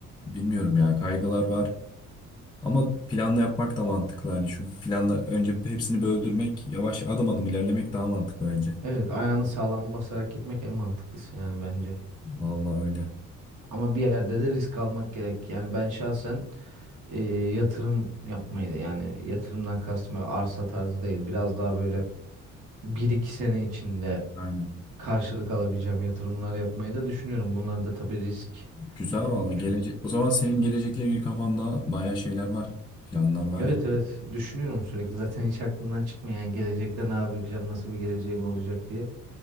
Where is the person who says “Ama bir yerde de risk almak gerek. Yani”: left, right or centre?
Right